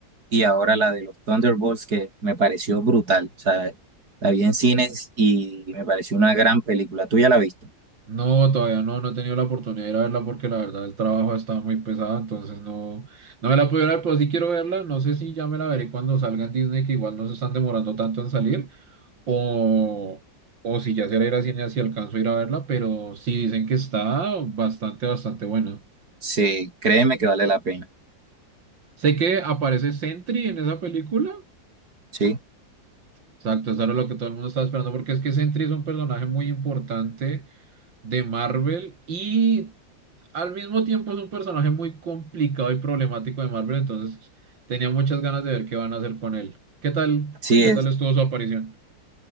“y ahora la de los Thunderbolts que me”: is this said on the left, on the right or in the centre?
Right